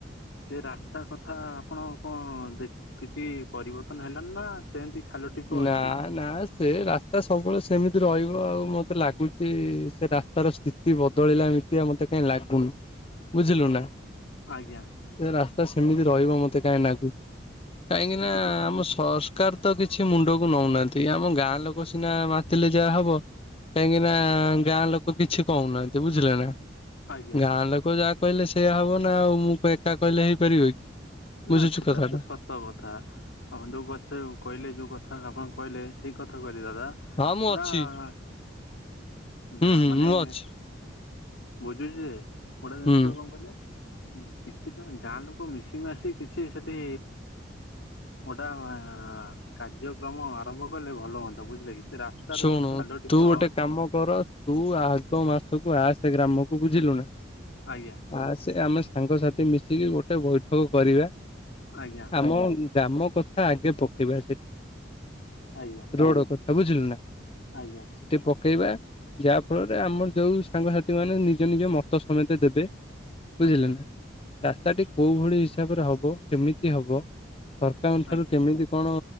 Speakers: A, on the left (about 85°); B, on the left (about 30°).
A: ସେ ରାସ୍ତା କଥା ଆପଣ କଣ ଦେଖ କିଛି ପରିବର୍ତ୍ତନ ହେଲଣି ନା ସେମିତି। ଖାଲ ଢିପ
B: ନା
A: ଅଛି
B: ନା। ସେ ରାସ୍ତା ସବୁବେଳେ ସେମିତି ରହିବ ଆଉ ମତେ ଲାଗୁଚ ସେ ରାସ୍ତାର ସ୍ଥିତି ଏତି ବଦଳିଲା ଏମିତିଆ ମତେ କାଇହିଁ ଲାଗୁନି ବୁଝିଲୁ ନା।
A: ଆଜ୍ଞା।
B: ସେ ରାସ୍ତା ସେମିତି ରହିବ ମତେ କାହିଁ ଲାଗୁଛି କାହିଁକି ନା
A: କିଛି
B: ଆମ ସରକାର ତ କିଛି ସେ ମୁଣ୍ଡକୁ ନଉନାହାନ୍ତି ଆମ ଗାଁ ଲୋକ ସିନା ମାତିଲେ ଯାହା ହବ। କାହିଁକି ନା ଗାଁ ଲୋକ କିଛି କହୁନାହାନ୍ତି ବୁଝିଲେ ନା।
A: ଆଜ୍ଞା
B: ଗାଁ ଲୋକ ଯାହା କହିଲେ ସେଇୟା ହବ ନା ଆଉ ମୁଁ ଏକା କହିଲେ ହେଇପାରିବ କି। ବୁଝୁଛୁ
A: ନା ସେଟା
B: କଥାଟା
A: ତ ସତ କଥା। ତା ଆପଣ ଯୋଉ କଥା କହିଲେ ଯୋଉ କଥା ଆପଣ କହିଲେ ଠିକ୍ କଥା କହିଲେ ଦାଦା।
B: ହଁ ମୁଁ ଅଛି
A: <inaudible>
B: ହୁଁ ହୁଁ
A: ମାନେ
B: ମୁଁ ଅଛି
A: ବୁଝୁଛି ଯେ କୋଟେ ଜିନିଷ
B: ହୁଁ।
A: କଣ କହିଲେ। ହୁଁ କିଛି ତ ଗାଁ ଲୋକ ମିଶି ମାସି କିଛି ସେଠି ଗୋଟା ଆଁ କାର୍ଯ୍ୟକ୍ରମ ଆରମ୍ଭ କଲେ ଭଲ ହୁଅନ୍ତା ବୁଝିଲେ କି? ସେ ରାସ୍ତାର
B: ଶୁଣୁ
A: ଯୋଉ ଖାଲ ଢିପ
B: ତୁ ଗୋଟେ କାମ କର ତୁ ଆଗ ମାସକୁ ଆସେ ଗ୍ରାମକୁ ବୁଝିଲୁ ନା
A: ଆଜ୍ଞା।
B: ଆସେ ଆମେ ସାଙ୍ଗସାଥି ମିଶିକି ଗୋଟେ ବୈଠକ କରିବା।
A: ଆଜ୍ଞା।
B: ଆମ ଗ୍ରାମ କଥା ଆଗେ ପକେଇବା ସେଠି
A: ଆଜ୍ଞା।
B: ରୋଡ କଥା ବୁଝିଲୁ ନା?
A: ଆଜ୍ଞା।
B: ଟିକେ ପକେଇବା ଯା ଫଳରେ ଆମର ଯୋଉ ସାଙ୍ଗସାଥି ମାନେ ନିଜ ନିଜ ମତ ସମେତେ ଦେବେ। ବୁଝିଲେ
A: ଆଜ୍ଞା
B: ନା ରାସ୍ତାଟି କୋଉ ଭଳି ହିସାବରେ ହବ କେମିତି ହବ। ସରକାରଙ୍କ
A: ଆଜ୍ଞା
B: ଠାରୁ କେମିତି କଣ